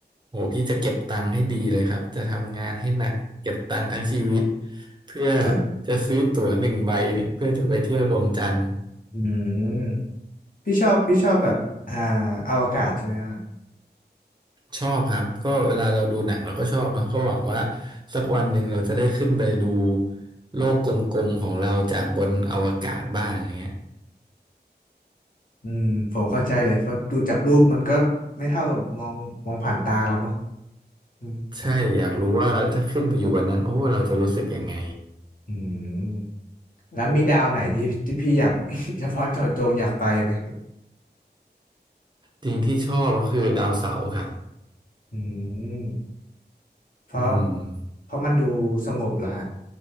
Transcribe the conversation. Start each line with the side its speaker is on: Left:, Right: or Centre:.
Right: โหพี่จะเก็บตังค์ให้ดีเลยครับ จะทำงานให้หนักเก็บตังค์ทั้งชีวิตเพื่อ
Left: <laughs>
Right: จะซื้อตั๋วหนึ่งใบเนี่ยเพื่อจะไปเที่ยวดวงจันทร์
Left: อืมพี่ชอบพี่ชอบแบบอ่าอวกาศใช่ไหมฮะ
Right: ชอบครับก็เวลาเราดูหนังเราก็ชอบเนาะก็หวังว่าสักวันหนึ่งเราจะได้ขึ้นไปดูโลกกลมๆของเราจากบนอวกาศบ้างอย่างเงี้ย
Left: อืมผมเข้าใจเลยเพราะดูจากรูปมันก็ไม่เท่ากับมองมองผ่านตาแล้วเนาะอืม
Right: ใช่ อยากรู้ว่าถ้าขึ้นไปอยู่บนนั้นโอ้เราจะรู้สึกยังไง
Left: อืมแล้วมีดาวไหนที่ที่พี่อยาก <laughs> เฉพาะเจาะจงอยากไปไหม
Right: จริงที่ชอบก็คือดาวเสาร์ครับ
Left: อืมเพราะ
Right: อืม
Left: เพราะมันดูสงบเหรอฮะ